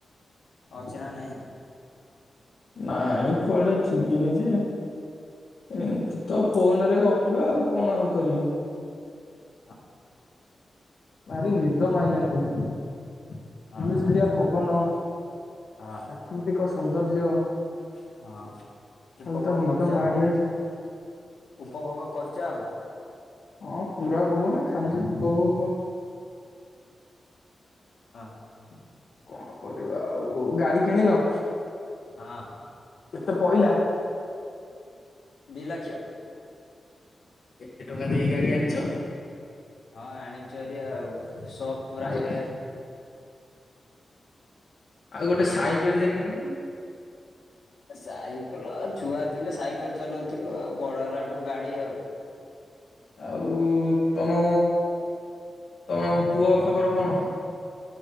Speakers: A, on the left (about 80°); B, on the left (about 65°).
A: ଅଛି ନା ନାଇଁ?
B: ନାଇଁ କୁଆଡେ ଯିବିନି ଯେ ଏମତି ତ ଫୋନ ରେ ଗପିବା ଆଉ କଣ ଆଉ କରିବି?
A: ହଁ ଅଁ
B: ଭାରି ନିଦ ମାଇଲାଣି କିନ୍ତୁ, ସୁଲୁସୁଲିଆ
A: ହଁ ହଁ।
B: ପବନ
A: ହଁ
B: ପ୍ରାକୃତିକ ସୌନ୍ଦର୍ଯ୍ୟ
A: ହଁ
B: ଖାଲି
A: ଉପଭୋଗ
B: ତ ନିଦ
A: କରୁଛ
B: ମାଡି
A: ଆଉ।
B: ଆସୁ
A: ଉପଭୋଗ କରୁଛ ଆଉ।
B: ହଁ ପୁରା ଭୋଗ ନା ଖାଲି ଉପଭୋଗ କଣ?
A: ଓହୋ।
B: କଣ କରିବା ଆଉ, ଗାଡି କିଣିଲ?
A: ହଁ।
B: କେତେ ପଇଲା?
A: ଦି ଲକ୍ଷ।
B: ଏତେ ଟଙ୍କା ଦେଇକି ଗାଡି ଆଣିଛ?
A: ହଁ ଆଣିଛୁହାରି ଆଉ ଶୋକ୍ ପୁରା
B: ଆଇ
A: କରିବାର।
B: ଆଉ ଗୋଟେ ସାଇକେଲ୍ ଟେ କିଣିଲୁନି?
A: ସାଇକେଲ ଛୁଆ ଥିଲେ ସାଇକେଲ୍ ଚଲାଉଥିଲୁ ଆଉ। ବଡ ହେଲାଠୁ ଗାଡି ଆଉ।
B: ଆଉ ତମ ତମ ପୁଅ ଖବର କଣ?